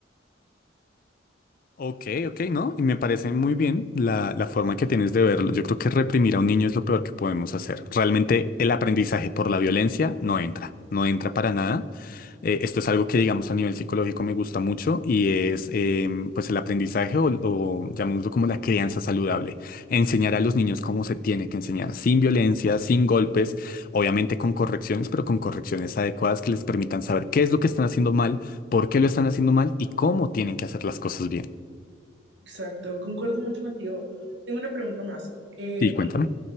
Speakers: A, on the left; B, on the right.
A: Ok, ok, ¿no? Y me parece muy bien la, la forma que tienes de verlo. Yo creo que reprimir a un niño es lo peor que podemos hacer. Realmente el aprendizaje por la violencia no entra, no entra para nada. Eh, esto es algo que, digamos, a nivel psicológico me gusta mucho y es, em, pues, el aprendizaje o, o llamémoslo como la crianza saludable. Enseñar a los niños cómo se tiene que enseñar, sin violencia, sin golpes, obviamente con correcciones, pero con correcciones adecuadas que les permitan saber qué es lo que están haciendo mal, por qué lo están haciendo mal y cómo tienen que hacer las cosas bien.
B: Exacto, concuerdo mucho contigo. Tengo una pregunta más. Eh,
A: Sí, cuéntame.